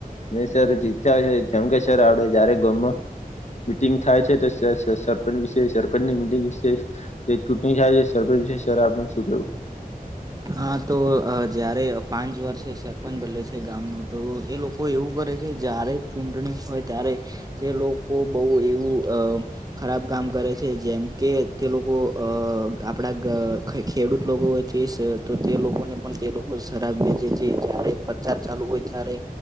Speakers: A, on the left; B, on the right.
A: ન, સર. જી જમકેશ્વર આપડે જયારે ગમો મિટિંગ થાય છે, તો સરપંચ વિશે, સરપંચની મિટિંગ વિશે એ ચૂંટણી થાય છે, સરપંચ છે. સર, આપને શું કેવું
B: હા, તો જયારે પાંચ વર્ષે સરપંચ બદલે છે ગામનો, તો એ લોકો કોઈ એવું કરે કે, જ્યારે ચૂંટણી હોય, ત્યારે તે લોકો બહુ એવું, અ ખરાબ કામ કરે છે જેમ કે તે લોકો અ આપડા ગ ખય ખેડૂત લોકો જે સ તો તે લોકોને પણ તે લોકો શરાબ વેચે છે જ્યારે પ્રચાર ચાલુ હોય ત્યારે